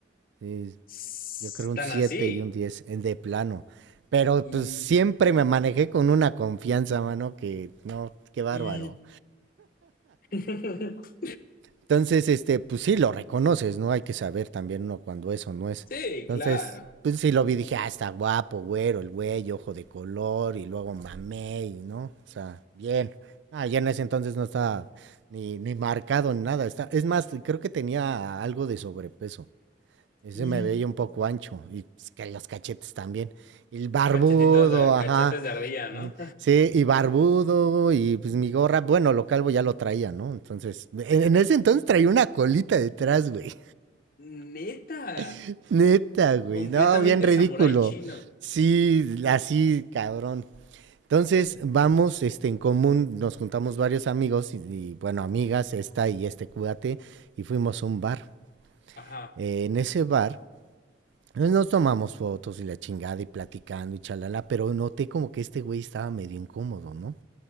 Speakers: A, on the right; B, on the left.
A: Sí,
B: S-
A: yo creo un
B: Tan
A: 7
B: así.
A: y un diez en de plano. Pero
B: Y,
A: pues siempre me manejé con una confianza, mano, que no, qué bárbaro.
B: y. <laughs>
A: Entonces, este, pues sí, lo reconoces, ¿no? Hay que saber también uno cuando eso no es.
B: Sí,
A: Entonces,
B: claro.
A: pues sí lo vi, dije, ah, está guapo, güero, el güey, ojo de color, y luego mamé, y, ¿no? O sea, bien. Ah, ya en ese entonces no estaba ni, ni marcado ni nada. Está, es más, creo que tenía algo de sobrepeso. Ese
B: Y.
A: me veía un poco ancho y pues, que los cachetes también. Y el barbudo,
B: Cachetitos de,
A: ajá.
B: cachetes de ardilla,
A: Mm,
B: ¿no?
A: Sí, y barbudo y pues mi gorra, bueno, lo calvo ya lo traía, ¿no? Entonces, en, en ese entonces traía una colita detrás, güey.
B: <laughs> Neta,
A: <laughs> Neta, güey.
B: completamente
A: No, bien ridículo.
B: samurái chino.
A: Sí, así, cabrón. Entonces, vamos, este, en común, nos juntamos varios amigos y, y, bueno, amigas, esta y este cuate, y fuimos a un bar.
B: Ajá.
A: Eh, en ese bar Pues, Nos tomamos fotos y la chingada y platicando y chalala, pero noté como que este güey estaba medio incómodo, ¿no?